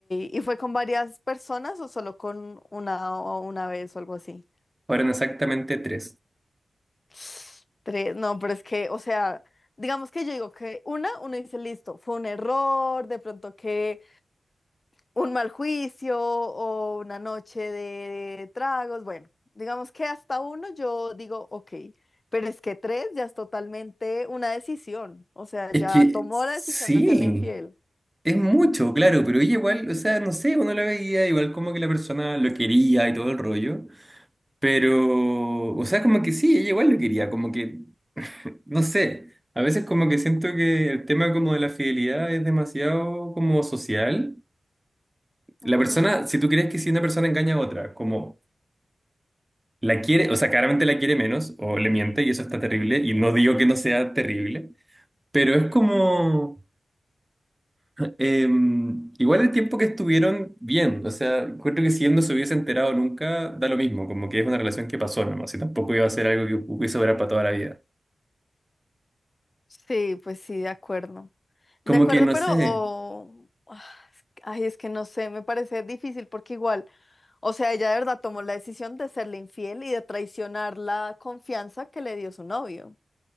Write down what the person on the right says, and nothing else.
Fueron exactamente tres.
Es
que
sí,
es mucho, claro, pero ella igual, o sea, no sé, uno la veía igual como que la persona lo quería y todo el rollo, pero, o sea, como que sí, ella igual lo quería, como que, no sé, a veces como que siento que el tema como de la fidelidad es demasiado como social.
La persona, si tú crees que si una persona engaña a otra, como la quiere, o sea, claramente la quiere menos o le miente y eso está terrible y no digo que no sea terrible. Pero es como, em, igual el tiempo que estuvieron bien, o sea, creo que si él no se hubiese enterado nunca, da lo mismo, como que es una relación que pasó nomás, y tampoco iba a ser algo que hubiese durar para toda la vida.
Como
que no
sé,